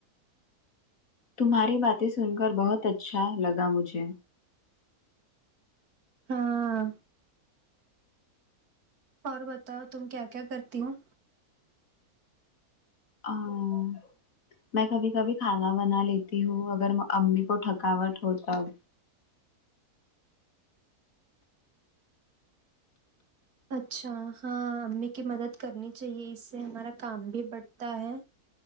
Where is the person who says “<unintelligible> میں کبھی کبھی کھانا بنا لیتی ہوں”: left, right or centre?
Left